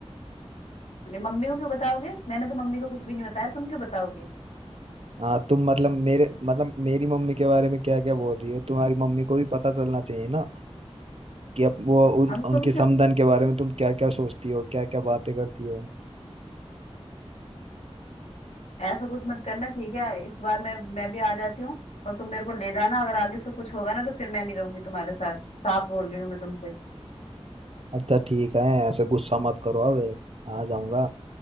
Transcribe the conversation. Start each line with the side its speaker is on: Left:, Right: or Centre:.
Left: नहीं, मम्मी को क्यों बताओगे मैंने तो मम्मी को कुछ भी नहीं बताया तुम क्यों बताओगे
Right: हाँ तुम मतलब मेरे मतलब मेरी मम्मी के बारे में क्या क्या बोल रही हो तुम्हारी मम्मी को भी पता चलना चाहिए ना कि अप वो उन
Left: हम
Right: उनके
Left: तुम क्यों
Right: समधन के बारे में तुम क्या क्या सोचती हो क्या क्या बातें करती हो
Left: ऐसा कुछ मत करना ठीक है इस बार मैं मैं भी आ जाती हूँ और तुम मेरे को ले जाना अगर आगे से कुछ होगा ना तो फिर मैं नहीं रहूंगी तुम्हारे साथ साफ बोल रही हूँ मैं तुमसे
Right: अच्छा ठीक है ऐसे गुस्सा मत करो अब आ जाऊंगा